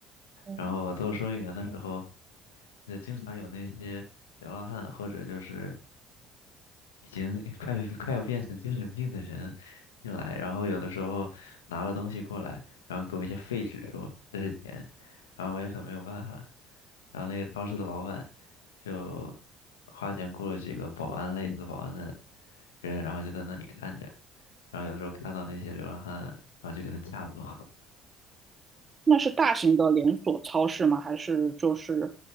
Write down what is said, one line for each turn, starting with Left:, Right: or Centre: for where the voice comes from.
Right: 哦，
Left: 然后我做收银员的时候，呃经常有那些流浪汉或者就是。已经 <laughs> 快快要变成精神病的人进来，然后有的时候拿了东西过来，然后给我一些废纸说这是钱，然后我也很没有办法。然后那个超市的老板就花钱雇了几个保安类似保安的人，然后就在那里看着，然后有的时候看到那些流浪汉，然后就给他架走。
Right: 那是大型的连锁超市吗？还是就是